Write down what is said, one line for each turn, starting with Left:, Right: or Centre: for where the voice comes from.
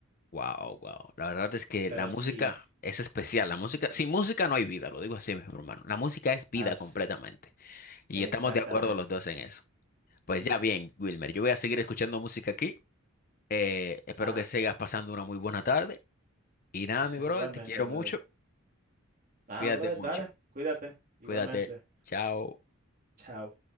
Left: Wow, wow. La verdad es que
Right: Pero
Left: la música
Right: sí,
Left: es especial. La música, sin música no hay vida, lo digo así, mi hermano. La música es vida
Right: as-
Left: completamente. Y
Right: exactamente.
Left: estamos de acuerdo los dos en eso. Pues
Right: Ujú,
Left: ya bien, Wilmer, yo voy a seguir escuchando música aquí. Eh, espero
Right: Ajá,
Left: que sigas pasando una muy buena tarde. Y nada,
Right: <laughs>
Left: mi brother,
Right: igualmente,
Left: te quiero
Right: brother.
Left: mucho.
Right: Ah,
Left: Cuídate
Right: brother,
Left: mucho.
Right: dale, cuídate, igualmente.
Left: Cuídate. Chao.
Right: Chao.